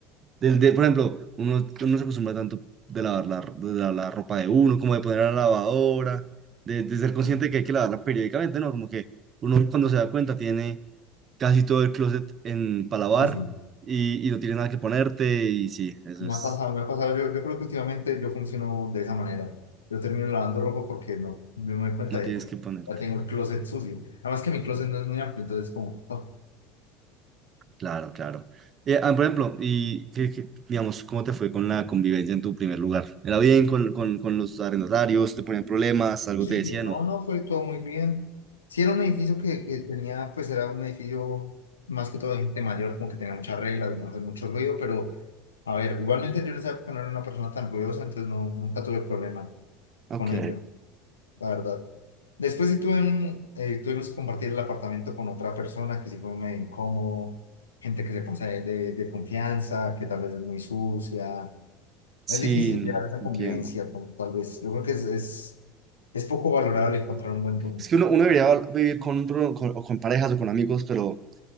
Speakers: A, on the right; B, on the left.
A: Del, de, por ejemplo, uno, uno se acostumbra tanto de lavar la, de lavar la ropa de uno, como de poner a la lavadora, de, de ser consciente
B: sí,
A: que hay que lavarla periódicamente, ¿no? Como que uno cuando se da cuenta tiene casi todo el closet en para lavar
B: pues, bueno,
A: y, y no tienes nada que ponerte y sí, eso
B: me
A: es,
B: ha pasado, me ha pasado. Yo, yo creo que últimamente yo funciono de esa manera. Yo termino lavando ropa porque no, no me doy cuenta
A: no
B: de,
A: tienes
B: "Uf,
A: que ponerte.
B: ya tengo el closet sucio. Además que mi closet no es muy amplio, entonces como, oh.
A: Claro, claro. Eh, ah, por ejemplo, y qué- qué, digamos, ¿cómo te fue con la convivencia en tu primer lugar? ¿Era bien con, con, con los arrendatarios? ¿Te ponían problemas? ¿Algo
B: Sí,
A: te decían?
B: sí, no,
A: No.
B: no, fue todo muy bien. Sí, era un edificio que, que tenía, pues era un edificio más que todo de gente mayor, como que tenía muchas reglas de no hacer mucho ruido, pero a ver, igualmente yo en esa época no era una persona tan ruidosa, entonces no, nunca tuve problema
A: Ok,
B: con ello, la verdad. Después sí tuve un- eh, tuvimos que compartir el apartamento con otra persona que sí fue medio incómodo, gente que se pasa de, de- de confianza, que tal vez es muy sucia.
A: sí,
B: Es difícil llevar esa
A: entiendo.
B: convivencia, como tal vez. Yo creo que es, es, es poco valorable encontrar un buen rumbo.
A: Es que uno, uno debería vivir con, pro- con, o con parejas o con amigos, pero